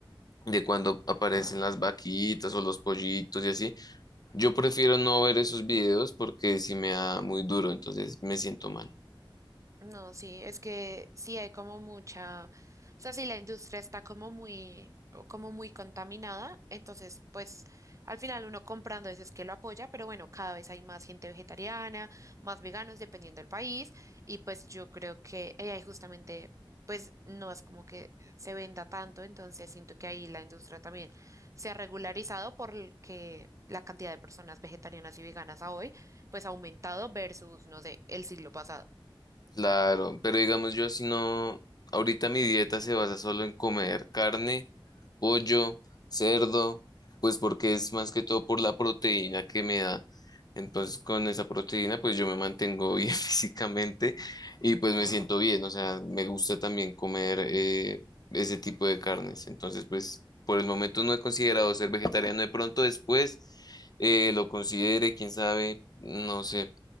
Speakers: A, on the left; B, on the right.
A: de, de cuando aparecen las vaquitas o los pollitos y así. Yo prefiero no ver esos videos porque sí me da muy duro, entonces me siento mal.
B: No, sí, es que sí hay como mucha, o sea, sí la industria está como muy, o como muy contaminada, entonces pues al final uno comprando eso es que lo apoya, pero bueno, cada vez hay más gente vegetariana, más veganos dependiendo del país y pues yo creo que eh, ahí justamente pues no es como que se venda tanto, entonces siento que ahí la industria también se ha regularizado porque la cantidad de personas vegetarianas y veganas a hoy pues ha aumentado versus, no sé, el siglo pasado.
A: Claro, pero digamos yo si no, ahorita mi dieta se basa solo en comer carne pollo, cerdo, pues porque es más que todo por la proteína que me da. Entonces con esa proteína pues yo me mantengo bien <laughs> físicamente y pues me siento bien, o sea, me gusta también comer eh, ese tipo de carnes. Entonces pues por el momento no he considerado ser vegetariano, de pronto después eh, lo considere, quién sabe, no sé.